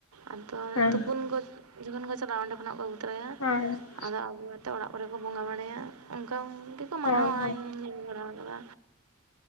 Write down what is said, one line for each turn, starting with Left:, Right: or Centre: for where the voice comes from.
Right: ᱟᱫᱚ
Left: ᱦᱮᱸ
Right: ᱛᱩᱯᱩᱱ ᱠᱚ ᱡᱚᱠᱷᱚᱱ ᱠᱚ ᱪᱟᱞᱟᱜᱼᱟ ᱚᱸᱰᱮ ᱠᱷᱚᱱᱟᱜ ᱠᱚ ᱟᱹᱜᱩ ᱛᱚᱨᱟᱭᱟ᱾
Left: ᱦᱚᱭ᱾
Right: ᱟᱫᱚ ᱟᱜᱩ ᱟᱛᱮ ᱚᱲᱟᱜ ᱯᱚᱨᱮ ᱠᱚ ᱵᱚᱸᱜᱟ ᱵᱟᱲᱟᱭᱟ ᱚᱱᱠᱟ ᱜᱮᱠᱚ
Left: ᱦᱮᱸ
Right: ᱢᱟᱱᱟᱣᱟ
Left: ᱦᱮᱸ
Right: ᱤᱧ ᱧᱮᱞ ᱵᱟᱲᱟ ᱟᱠᱟᱫᱟ᱾